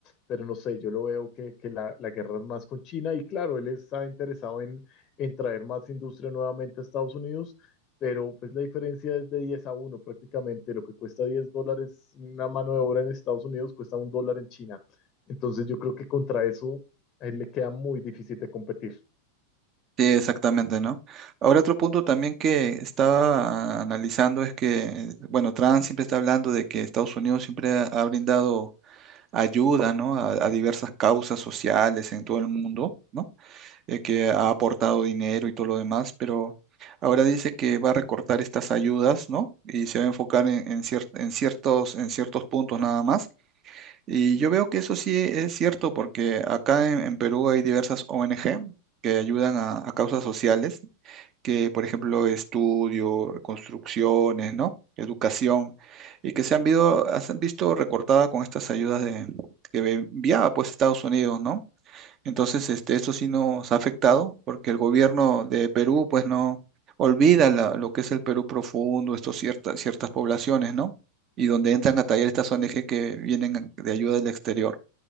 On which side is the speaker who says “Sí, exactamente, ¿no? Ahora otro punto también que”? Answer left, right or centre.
Right